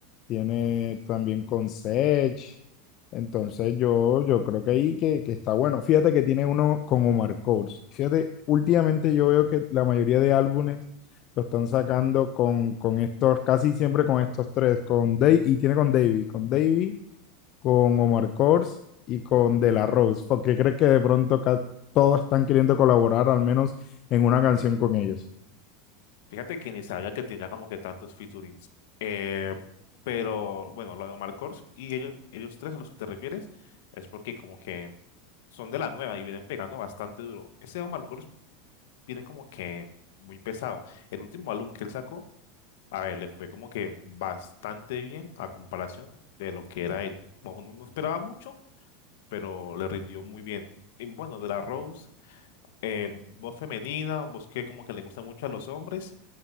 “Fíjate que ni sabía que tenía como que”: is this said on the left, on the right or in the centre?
Left